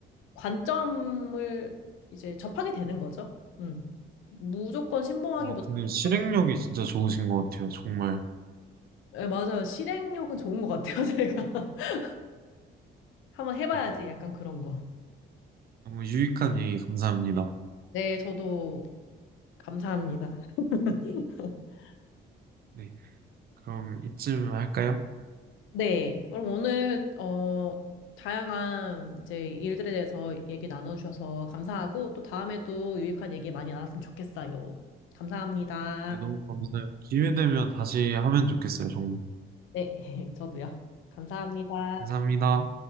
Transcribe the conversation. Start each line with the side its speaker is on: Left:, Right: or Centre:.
Left: 관점을 이제 접하게 되는 거죠. 음. 무조건 신봉하기보다는
Right: 아, 근데
Left: 조금,
Right: 실행력이 진짜 좋으신 것 같아요. 정말.
Left: 예, 맞아요. 실행력은 좋은 것 같아요, 제가. <laughs> 한번 해봐야지,
Right: 네.
Left: 약간 그런 거.
Right: 너무 유익한 얘기 감사합니다.
Left: 네, 저도 감사합니다. <laughs>
Right: 네. 그럼 이쯤 할까요?
Left: 네, 그럼 오늘 어, 다양한 이제 일들에 대해서 얘기 나눠주셔서 감사하고 또 다음에도 유익한 얘기 많이 나눴으면 좋겠어요. 감사합니다.
Right: 네, 너무 감사해요. 기회 되면 다시 하면 좋겠어요, 정말.
Left: 네, <laughs> 저도요. 감사합니다.
Right: 감사합니다.